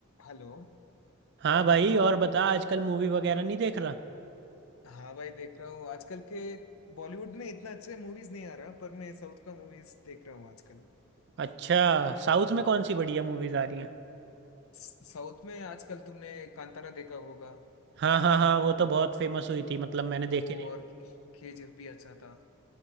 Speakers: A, on the left; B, on the right.
A: Hello
B: हाँ भाई और बता आजकल मूवी वगैरह नहीं देख रहा
A: हाँ भाई देख रहा हूँ आजकल के बॉलीवुड में इतना अच्छे मूवीज नहीं आ रहा पर मैं साउथ का मूवीज देख रहा हूँ आजकल
B: अच्छा साउथ में कौन सी बढ़िया मूवीज आ रही हैं
A: स- साउथ में आजकल तुमने कांतारा देखा होगा
B: हाँ हाँ हाँ वो तो बहुत फेमस हुई थी मतलब मैंने देखी
A: वो
B: थी
A: और केजीएफ भी अच्छा था